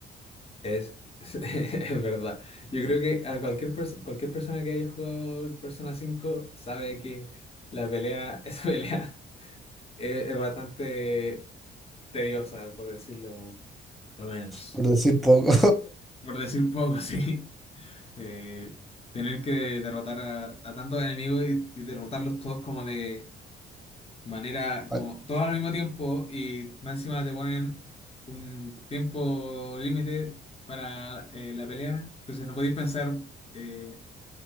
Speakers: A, on the left; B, in the centre.
A: Es, <laughs> es verdad. Yo creo que a cualquier, perso- cualquier persona que haya jugado el Persona cinco sabe que la pelea, <laughs> esa pelea es, es bastante tediosa, por decirlo lo menos.
B: Por decir poco.
A: por decir poco, <laughs> sí. Eh, tener que derrotar a, a tantos enemigos y, y derrotarlos todos como de, manera
B: <laughs>
A: como todo al mismo tiempo y más encima te ponen un tiempo límite para eh, la pelea, entonces no podéis pensar, eh,